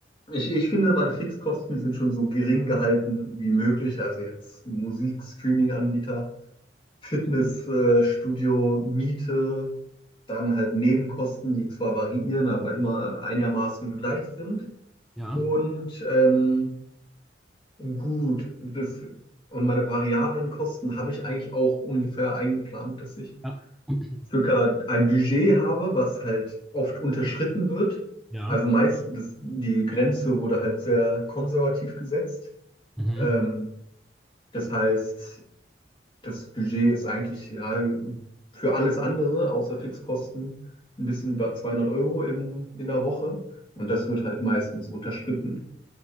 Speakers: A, on the left (about 25°); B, in the centre.
A: ich, ich finde, meine Fixkosten sind schon so gering gehalten wie möglich. Also jetzt Musik, Streaming-Anbieter, Fitnessstudio, äh, Studio, Miete, dann halt Nebenkosten, die zwar variieren, aber immer einigermaßen gleich sind.
B: Ja.
A: Und ähm, gut, das, und meine variablen Kosten habe ich eigentlich auch ungefähr eingeplant, dass ich
B: Ja. <clears throat>
A: circa ein Budget habe, was halt oft unterschritten wird.
B: Ja.
A: Also meistens, die Grenze wurde halt sehr konservativ gesetzt.
B: Mhm.
A: Ähm, das heißt, das Budget ist eigentlich ja für alles andere, außer Fixkosten, ein bisschen über 200 Euro im, in der Woche. Und das wird halt meistens unterschritten.